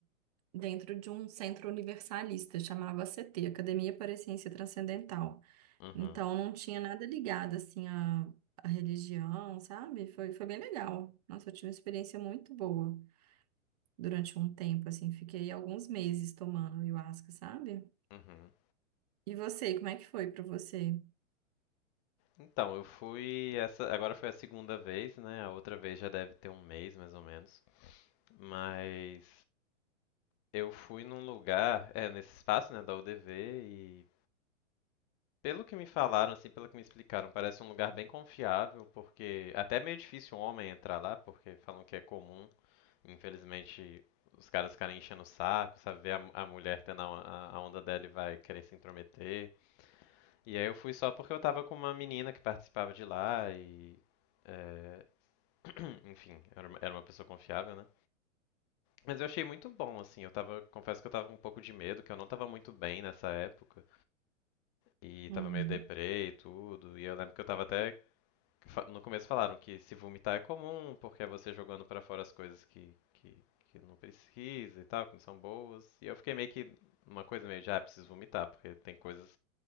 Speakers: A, on the right; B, on the left.
A: dentro de um centro universalista, chamava ACT, Academia para a Ciência Transcendental.
B: Uhum,
A: Então, não tinha nada ligado, assim, à, à religião, sabe? Foi, foi bem legal. Nossa, eu tive uma experiência muito boa durante um tempo, assim, fiquei alguns meses tomando ayahuasca, sabe?
B: uhum.
A: E você, como é que foi para você?
B: Então, eu fui essa, agora foi a segunda vez, né? A outra vez já deve ter um mês, mais ou menos. Mas eu fui num lugar, é, nesse espaço, né, da UDV e pelo que me falaram, assim, pelo que me explicaram, parece um lugar bem confiável, porque até é meio difícil um homem entrar lá, porque falam que é comum, infelizmente, os caras ficarem enchendo o saco, sabe? Ver a, a mulher tendo a, a- a onda dela e vai querer se intrometer. E aí eu fui só porque eu tava com uma menina que participava de lá e é, Enfim, era uma- era uma pessoa confiável, né? Mas eu achei muito bom, assim. Eu tava, confesso que eu tava com um pouco de medo, que eu não tava muito bem nessa época. E
A: Uhum.
B: tava meio deprê e tudo. E eu lembro que eu tava até. fa- No começo falaram que se vomitar é comum, porque é você jogando pra fora as coisas que, que, que não precisa e tal, que não são boas. E eu fiquei meio que numa coisa meio de, ah, preciso vomitar, porque tem coisas